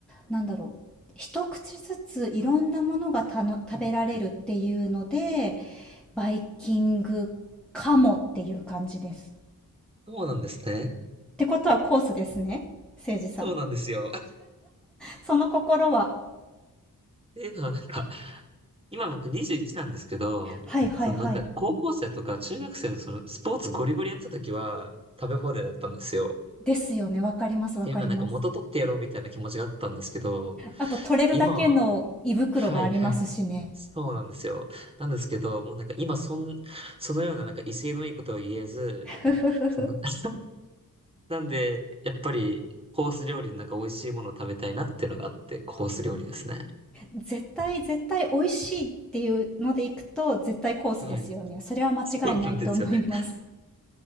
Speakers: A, in the centre; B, on the right.
A: なんだろう、一口ずついろんなものがたの、食べられるっていうので、
B: うん
A: バイキングかもっていう感じです。っ
B: そうなんですね。
A: てことはコースですね、誠司さん。
B: そうなんですよ。<laughs> っ
A: その心は。
B: ていうのはなんか、今僕21なんですけど、
A: はいはいはい。
B: そのなんか、高校生とか中学生のそのスポーツゴリゴリやってた時は、食べ放題だったんですよ。
A: ですよね。わかりますわかります。
B: っていうのはなんか元取ってやろうみたいな気持ちがあったんですけど、
A: あと取れるだけの胃袋がありますしね。
B: 今は、はいはい、そうなんですよ。なんですけど、もうなんか今そん、そのようななんか威勢のいいことは言えず、
A: <laughs>
B: その、<laughs> なんで、やっぱりコース料理のなんか美味しいものを食べたいなっていうのがあって、コース料理ですね。
A: 絶対、絶対美味しいっていうので行くと、絶対コースですよね。
B: はい。
A: それは間違いないと思います。
B: そうなんですよね。